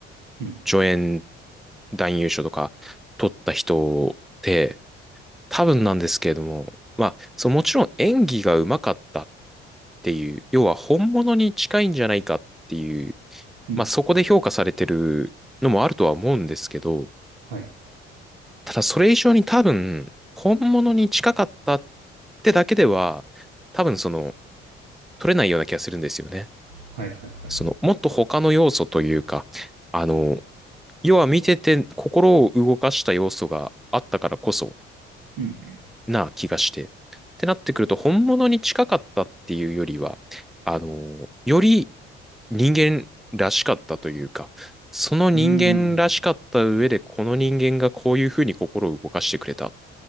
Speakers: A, on the right (about 75°); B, in the centre.
A: うん
B: 助演男優賞とか取った人って、多分なんですけれども、まあ、そう、もちろん演技が上手かったっていう、要は本物に近いんじゃないかっていう、
A: うんうん。
B: まあそこで評価されてるのもあるとは思うんですけど、
A: はい。
B: ただそれ以上に多分、本物に近かったってだけでは、多分その、取れないような気がするんですよね。
A: はいはいはいはい。
B: その、もっと他の要素というか、あの、要は見てて心を動かした要素があったからこそ
A: うん
B: な気がして。ってなってくると、本物に近かったっていうよりは、あの、より人間らしかったというか、その人間らしかった上で、
A: うん。うーん。
B: この人間がこういうふうに心を動かしてくれた。っ